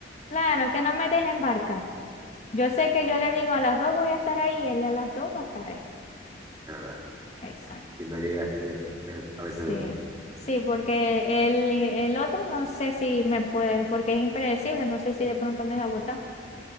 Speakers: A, on the left; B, on the right.
A: claro, que no me dejen barca. Yo sé que yo le digo a las dos voy a estar ahí, él a las dos va a estar ahí.
B: la verdad.
A: Exacto.
B: Si no llegas, tío, es- a veces
A: Sí.
B: duele.
A: Sí, porque el, el otro no sé si me puede, porque es impredecible, no sé si de pronto me va a votar.